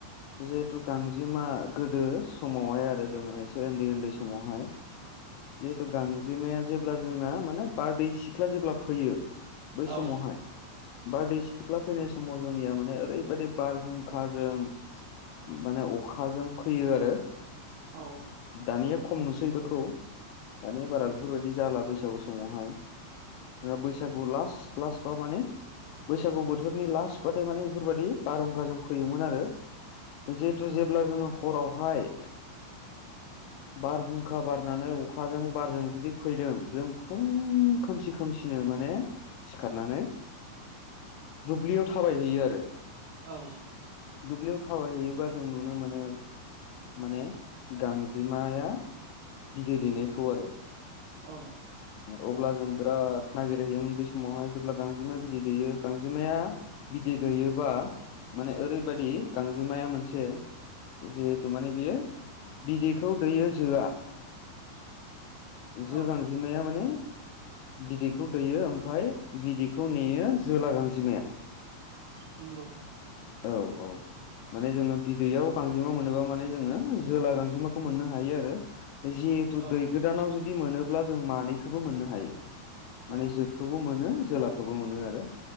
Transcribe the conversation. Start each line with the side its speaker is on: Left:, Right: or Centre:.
Left: जिहेथु गांजेमा गोदो समावहाय आरो जों एसे उन्दै उन्दै समावहाय जिहेथु गांजेमाया जेब्ला जोंना माने बारदै सिख्ला जेब्ला फैयो। बै
Right: औ
Left: समावहाय बारदै सिख्ला फैनाय समाव जोंनिया माने ओरैबायदि बारहुंखाजों माने अखाजों फैयो आरो।
Right: औ।
Left: दानिया खम नुसै बेफोरखौ दानिया बारा बेफोरबायदिनो जाला बैसागु समावहाय। बैसागु लास लास बा माने बैसागु बोथोरनि लास्टबाथाय माने बेफोरबायदि बारहुंखाजों फैयोमोन आरो। जिहेतु जेब्ला जोङो हरावहाय बारहुंखा बारनानै अखाजों बारजों जुदि फैदों जों फुं खोमसि खोमसि सिनो माने सिखारनानै
Right: <inaudible>
Left: दुब्लियाव थाबायहैयो आरो।
Right: औ।
Left: दुब्लियाव थाबायहैयोबा जों नुनो मोनो माने गांजेमाया बिदै दैेनायखौ आरो।
Right: औ।
Left: अब्ला जों बिराद नागिरहैयोमोन बे समावहाय जेब्ला गांजेमाया बिदै दैेयो गांजेमाया बिदै दैयोबा माने ओरैबायदि गांजेमाया मोनसे जिहेथु माने बियो बिदैखौ दैयो जोआ
Right: <inaudible>
Left: जो
Right: औ
Left: गां माने बिदैखौ दैयो ओमफाय बिदैखौ नेयो जोला गांजिमाया।
Right: उम द।
Left: औ औ। माने जोङो बिदैयाव गांजेमा मोनोबा माने जोङो जोला गांजेमाखौ मोननो हायो आरो। जिहेथु
Right: औ
Left: दै गोदानाव जुदि मोनोब्ला जों मानैखौबो मोननो हायो। माने
Right: औ
Left: जोखौबो मोनो जोलाखौबो मोनो आरो